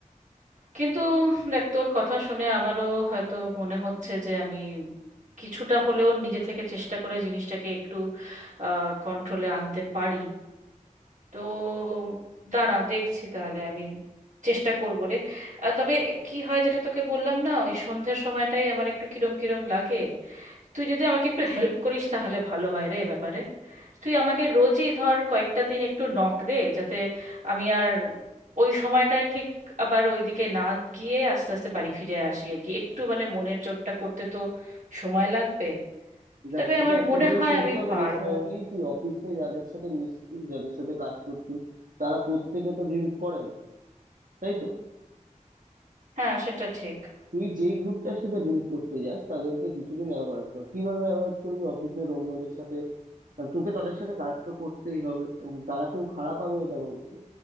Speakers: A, on the right; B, on the right.
A: কিন্তু দেখ তোর কথা শুনে আমারও হয়তো মনে হচ্ছে যে আমি কিছুটা হলেও নিজে থেকে চেষ্টা করে জিনিসটাকে একটু কন্ট্রোলে আনতে পারি তো দাঁড়া দেখছি তাহলে আমি চেষ্টা করবো রে আর তবে কি হয় যেটা তোকে বললাম না ওই সন্ধ্যের সময়টাই আমার একটু কিরম কিরম লাগে তুই যদি আমাকে একটু হেল্প করিস তাহলে ভালো হয় রে এ ব্যাপারে তুই আমাকে রোজই ধর কয়েকটা দিন একটু নক দে যাতে আমি আর ওই সময়টা ঠিক আবার ওইদিকে না গিয়ে আস্তে আস্তে বাড়ি ফিরে আসি আর কি একটু মানে মনের জোরটা করতে তো সময় লাগবে
B: দেখ
A: তবে
B: তোকে
A: আমার
B: একটা
A: মনে
B: জিনিস
A: হয়
B: করতে
A: আমি
B: হবে
A: পারবো
B: ডেসপারেটলি তুই অফিসে যাদের সাথে মিশছিস যাদের সাথে কাজ করছিস তারা প্রত্যেকে তো ড্রিঙ্ক করে না তাই তো
A: হ্যাঁ সেটা ঠিক
B: তুই যেই গ্রুপটার সাথে ড্রিঙ্ক করতে যাস তাদেরকে কিছুদিন অ্যাভয়েড কর কিভাবে অ্যাভয়েড করবি অফিসের অন্যদের সাথে আর তোকে তাদের সাথে কাজ তো করতেই হবে এবং তারা কেউ খারাপ আমি এটা বলছে